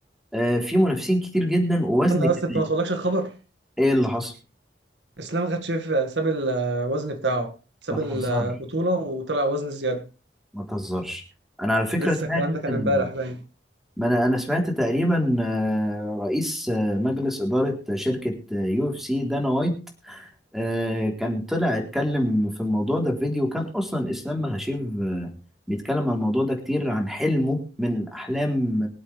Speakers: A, in the centre; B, on the right (about 80°).
A: آه، في منافسين كتير جدا ووزن
B: انا
A: كمان
B: بس انت ما وصلكش الخبر
A: ايه اللي حصل
B: اسلام مكاتشيف ساب الوزن بتاعه ساب
A: ما تهزرش
B: البطوله وطلع وزن زياده
A: ما تهزرش انا على فكره
B: لسه
A: سمعت
B: الكلام ده كان
A: إن-
B: امبارح باين
A: ما انا انا سمعت تقريبا آه، رئيس آه، مجلس اداره شركه آه، يو اف سي دانا وايت آه، كان طلع اتكلم في الموضوع ده في فيديو كان اصلا اسلام مغاشيف آه، بيتكلم عن الموضوع ده كتير عن حلمه من احلام